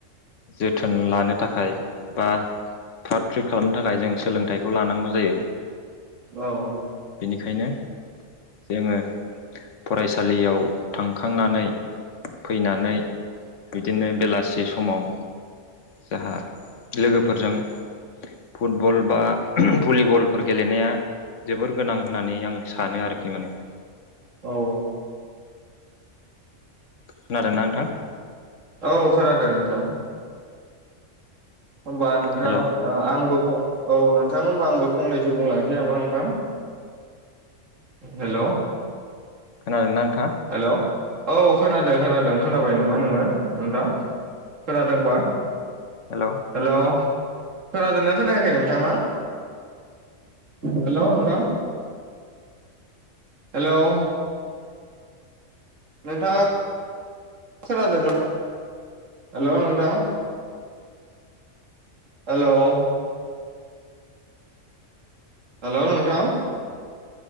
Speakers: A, on the left; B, on the right.
A: जोथोन लानो थाखाय बा फ्रात फ्रिट खालामनो थाखाय जों सोलोंथाइखौ लानांगौ जायो।
B: औ।
A: बेनिखायनो जोङो फरायसालियाव थांखांनानै फैनानै बिदिनो बेलासि समाव जाहा लोगोफोरजों फुटबल बा भलिबल फोर गेलेनाया जोबोर गोनां होननानै आं सानो आरोखि माने।
B: औ।
A: खोनादोंना नोंथां?
B: औ खोनादों नोंथां। होमबा नोंथां।
A: हेल'
B: आंबो फं औ नोंथां होनबा आंबो फंनैसो बुंलांनोसै नामा नोंथां। हेल'
A: खोनादों ना नोंथाङा?
B: हेल' औ खोनादों खोनादों। खोनाबाय नामा नोङो नोंथां। खोनादोंबा?
A: हेल'।
B: हेल' खोनादोंना खोनायाखै नोंथाङा? हेल' नोंथां हेल'। नोंथाङा खोनादों ना? हेल' नोंथां। हेलौ। हेलौ नोंथां।